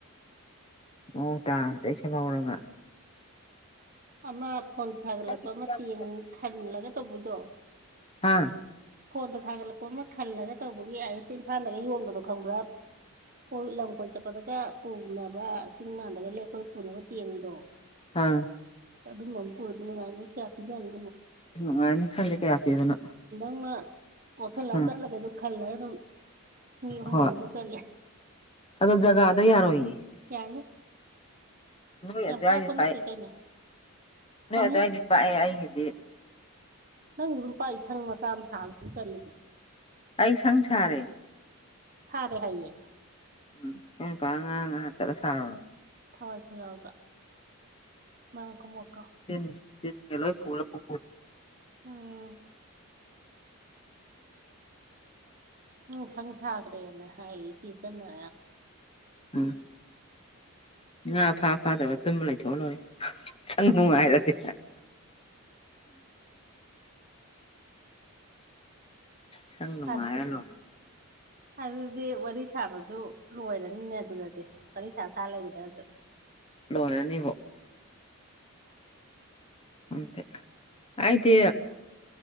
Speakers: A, on the left; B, on the right.
A: ꯅ ꯇꯥ ꯁ ꯂꯥꯎꯔꯉ
B: ꯑꯃ ꯐꯣꯟꯗ ꯊꯥꯒꯠꯂꯛꯄ
A: ꯅꯪꯒꯤ ꯍꯤꯟꯖꯥꯡ
B: ꯑꯃ ꯇꯦꯡ ꯈꯜꯂꯒ ꯇꯧꯕꯗꯣ
A: ꯍꯥꯥ
B: ꯐꯣꯟꯗ ꯊꯥꯒꯠꯂꯛꯄ ꯑꯃ ꯈꯜꯂꯒ ꯇꯧꯕꯒꯤ ꯑꯩꯁꯦ ꯏꯝꯐꯥꯜꯂꯒ ꯌꯣꯟꯕꯗꯣ ꯈꯪꯕ꯭ꯔꯥ ꯀꯣꯏ ꯂꯝ ꯀꯣꯏ ꯆꯠꯄꯗꯒ ꯄꯨꯅꯕ ꯆꯤꯡ ꯃꯥꯟꯗꯒ ꯂꯦꯛꯞꯄꯗ ꯄꯨꯅꯕ ꯇꯦꯡꯗꯣ <unintelligible>
A: ꯑꯥ
B: ꯑꯁ ꯑꯗꯨ ꯃꯝꯄꯨꯔꯗ ꯅꯨꯡꯉꯅꯤ ꯀꯌꯥ ꯄꯤ ꯌꯥꯅꯤ
A: ꯅꯨꯡꯉꯥꯏꯅꯤ ꯈꯜꯗꯦ ꯀꯌꯥ ꯄꯤꯕꯅꯣ
B: ꯅꯪꯅ ꯄꯣꯠꯁꯤꯜꯂ
A: ꯑꯪ
B: ꯆꯠꯂꯒ ꯑꯗꯨ ꯈꯜꯂꯒ ꯑꯗꯨꯝ ꯃꯤ ꯑꯍꯨꯝ
A: ꯍꯣꯏ
B: ꯃꯔꯤꯗꯨ ꯆꯠꯂꯦ
A: ꯑꯗꯣ ꯖꯒꯥꯗꯣ ꯌꯥꯔꯣꯏꯌꯦ
B: ꯌꯥꯅꯤ
A: ꯅꯣꯏ
B: ꯌꯥꯝ
A: ꯑꯗꯨꯋꯥꯏꯗꯤ
B: ꯄꯥꯛꯄ ꯅꯠꯇꯦ
A: ꯄꯥꯛꯑꯦ
B: ꯀꯩꯅꯣ
A: ꯅꯣꯏ
B: ꯐꯃꯨꯡ
A: ꯑꯗꯨꯋꯥꯏꯗꯤ ꯄꯥꯛꯑꯦ ꯑꯩꯒꯤꯗꯤ
B: ꯅꯪꯁꯨ ꯑꯗꯨꯝ ꯄꯥꯛ ꯁꯪ ꯃꯆꯥ ꯃ ꯁꯥꯗꯨ ꯑꯗꯨꯝ ꯆꯗꯤ
A: ꯑꯩ ꯁꯪ ꯁꯥꯔꯦ
B: ꯁꯔꯦ ꯍꯥꯏꯌꯦ
A: ꯎꯝ ꯑꯩꯏ ꯅꯨ ꯄ ꯉꯔꯥꯡ ꯉ ꯍꯥ ꯆꯠꯂ ꯁꯥꯔꯨꯔꯣ
B: ꯊꯋꯥꯏ ꯈꯨ ꯌꯥꯎꯕ ꯃꯥꯔꯝ ꯀꯨꯝꯃꯣꯛ
A: ꯇꯤꯟ ꯇꯤꯟꯒꯦ ꯄꯨꯔꯥ ꯄꯥ
B: ꯎꯝ ꯎꯝ ꯁꯪ ꯁꯥꯈ꯭ꯔꯦꯅ ꯍꯥꯏꯔꯛ ꯏꯆꯦ ꯆꯅ
A: ꯎꯝ ꯉꯥ ꯐꯥ ꯐꯥꯗꯕ ꯇꯨꯝꯕ ꯂꯩꯊꯣꯛꯍ ꯂꯣꯏꯔꯦ ꯁꯪ ꯅꯨꯡꯉꯥꯏꯔꯗꯤ ꯁꯪ ꯅꯉꯂꯣ
B: ꯑꯗꯨ ꯑꯗꯨꯗꯤ ꯋꯥꯔꯤ ꯁꯥꯕꯁꯨ ꯂꯣꯏꯔꯅꯤꯅꯦ ꯑꯗꯨꯗꯗꯤ ꯋꯥꯔꯤ ꯁꯥ ꯁꯥ ꯂꯩꯒꯗ꯭ꯔꯁꯨ
A: ꯂꯔꯅꯤꯕꯣ ꯎꯗ ꯍꯥꯏꯥꯏꯗꯤ